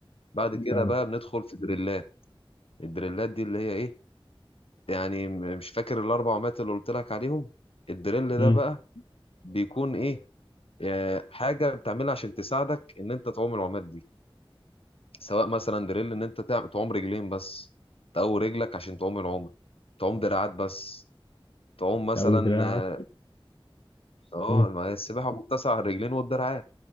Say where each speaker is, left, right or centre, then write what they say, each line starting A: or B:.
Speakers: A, on the left (about 75°); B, on the left (about 50°).
A: بعد كده
B: فاهمك
A: بقى بندخل في دريلات الدريلات دي اللي هي ايه يعني م- مش فاكر الأربع عمات اللي قلت لك عليهم الدريل ده
B: مم.
A: بقى بيكون إيه آه، حاجة بتعملها عشان تساعدك إن أنت تعوم العمات دي سواء مثلا دريل إن أنت تع- تعوم رجلين بس تقوي رجلك عشان تعوم العومة تعوم دراعات بس تعوم مثلا
B: او دراعك
A: آه، اه
B: مم.
A: ما هي السباحة متسعة على الرجلين والدراعات